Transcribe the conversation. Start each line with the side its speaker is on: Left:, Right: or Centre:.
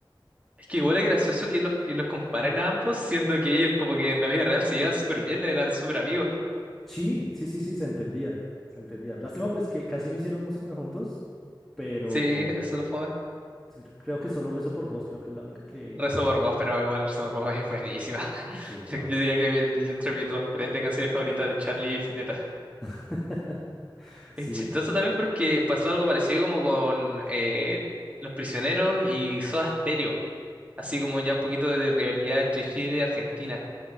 Right: Es que igual es gracioso que los, que los comparen a ambos, siendo que ellos como que en la vida real se llevan súper bien, eran súper amigos.
Centre: Sí, sí, sí, sí, se entendían, se entendían. Lástima pues que casi no hicieron música juntos, pero
Right: Sí, <laughs> eso lo fue.
Centre: sí, creo que solo Rezo por Vos, creo que es la única que...
Right: Reservoir Dogs, pero igual Reservoir Dogs es buenísima. <laughs>
Centre: Sí,
Right: Yo
Centre: no,
Right: yo
Centre: es...
Right: diría que mi- mi- dentro de mi top 3 de canciones favoritas de Charlie Spinetta.
Centre: <laughs> sí,
Right: Es chistoso
Centre: exacto.
Right: también porque pasó algo parecido como con eh, Los Prisioneros y Soda Stereo, así como ya un poquito de rivalidad entre Chile y Argentina.